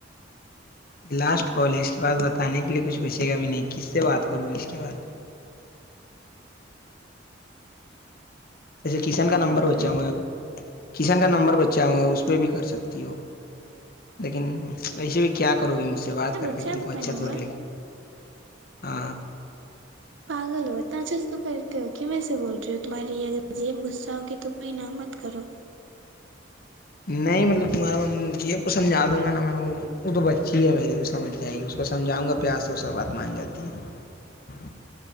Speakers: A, on the left (about 50°); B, on the right (about 80°).
A: لاسٹ کال ہے اس کے بعد بتانے کے لیے کچھ پوچے گا بھی نہیں کس سے بات کروں گی اس کے بعد جیسے کشن
B: کیا
A: کا
B: بول
A: نمبر بچا
B: رہے ہو
A: ہوںگا ا کشن کا نمبر بچا ہووںگا اس جو بھی کر سکتی ہو لیکن وسے بھی کیا کرو گی مجھ سے بات
B: اچھا
A: کر
B: بچہ
A: کے تم
B: ہے
A: کو اچھا
B: کا نمبر
A: تھڑ لے ہ
B: پاگل ہو اتناچھل تو کرتے ہو کہ میں سے بول رہی ہو تمہاری یہ غذیب غصہ ہوگی تم کو ن مت کرو
A: نہیں مطلب تمہارا م جب کو سمجھا دوں گا نا میں وہ تو بچی ہے میری وہ سمجھ جائے گی اس کو سمجھاؤں گا پیار سے اس بات مان جاتی ہے